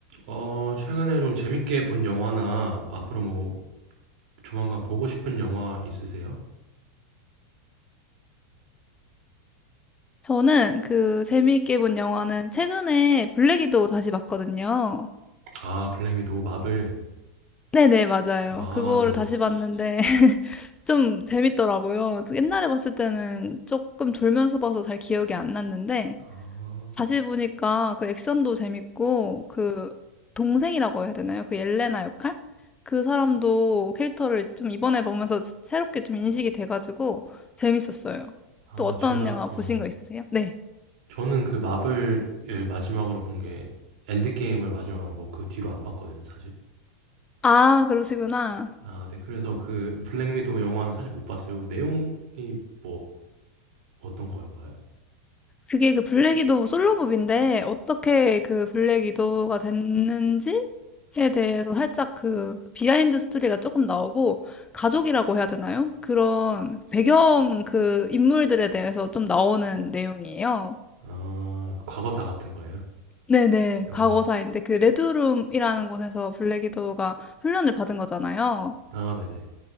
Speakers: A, on the right; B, on the left.
A: 어, 최근에 좀 재밌게 본 영화나 뭐 앞으로 뭐 조만간 보고 싶은 영화 있으세요?
B: 저는 그 재미있게 본 영화는 최근에 블랙이도 다시 봤거든요.
A: 아, 블랙 위도우 마블.
B: 네네, 맞아요.
A: 아,
B: 그거를
A: 네네.
B: 다시 봤는데 <laughs> 좀 재밌더라고요. 옛날에 봤을 때는 조금 졸면서 봐서 잘 기억이 안 났는데
A: 아,
B: 다시 보니까 그 액션도 재밌고 그 동생이라고 해야 되나요? 그 옐레나 역할? 그 사람도 캐릭터를 좀 이번에 보면서 새롭게 좀 인식이 돼가지고 재밌었어요.
A: 아,
B: 또 어떤
A: 제가
B: 영화
A: 어
B: 보신 거 있으세요? 네.
A: 저는 그 마블을 마지막으로 본 게 엔드게임을 마지막으로 보고 그 뒤로 안 봤거든요, 사실.
B: 아, 그러시구나.
A: 아, 네. 그래서 그 블랙 위도우 영화는 사실 못 봤어요. 내용이 뭐 어떤 거인가요?
B: 그게 그 블랙 위도우 솔로몹인데 어떻게 그 블랙 위도우가 됐는지에 대해서 살짝 그 비하인드 스토리가 조금 나오고 가족이라고 해야 되나요? 그런 배경 그 인물들에 대해서 좀 나오는 내용이에요.
A: 아, 과거사 같은 거예요?
B: 네네.
A: 아,
B: 과거사인데 그 레드룸이라는 곳에서 블랙 위도우가 훈련을 받은 거잖아요.
A: 아, 네네.